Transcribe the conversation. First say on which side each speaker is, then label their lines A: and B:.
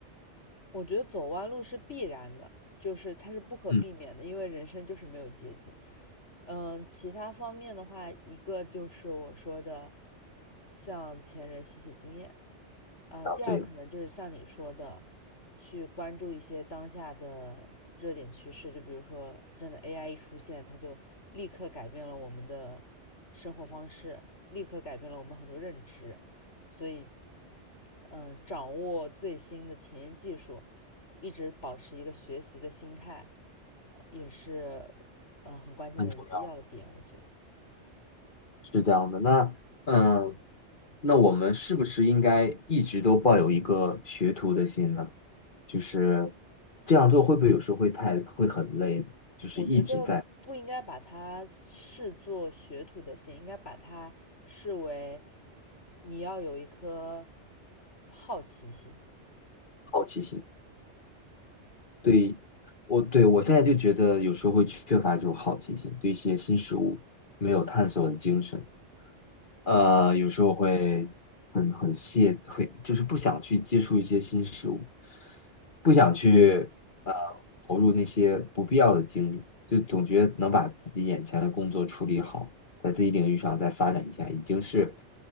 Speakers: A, on the left; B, on the left.
A: 我觉得走弯路是必然的，就是它是不可避免的，
B: 嗯，
A: 因为人生就是没有捷径。嗯，其他方面的话，一个就是我说的向前人吸取经验，嗯，
B: 啊，
A: 第二可能就是像你说的，
B: 对，
A: 去关注一些当下的热点趋势，就比如说真的 AI 一出现，它就立刻改变了我们的生活方式，立刻改变了我们很多认知。所以嗯，掌握最新的前沿技术，一直保持一个学习的心态，呃也是嗯很关键的一个要点。
B: 很重要，
A: 我觉得，
B: 是这样的。那，嗯，那我们是不是应该一直都抱有一个学徒的心呢？就是这样做会不会有时候会太会很累呢？就是一直在
A: 我觉得不应该把它视作学徒的心，应该把它视为你要有一颗好奇心。
B: 好奇心。对，我对我现在就觉得有时候会缺乏这种好奇心，对一些新事物没有探索的精神。呃，有时候会很很懈，会就是不想去接触一些新事物，不想去呃投入那些不必要的精力，就总觉得能把自己眼前的工作处理好，在自己领域上再发展一下，已经是